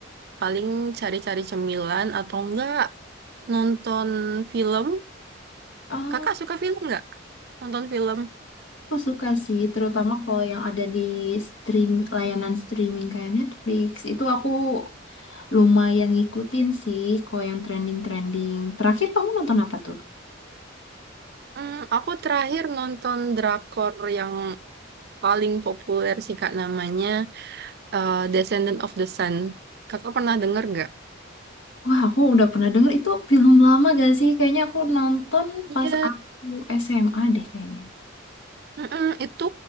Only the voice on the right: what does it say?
paling cari-cari cemilan atau enggak nonton film.
Kakak suka film nggak Nonton film?
Hmm, aku terakhir nonton drakor yang paling populer sih Kak namanya eh, Descendant of the Sun. Kakak pernah denger nggak?
Iya,
mm-mm, itu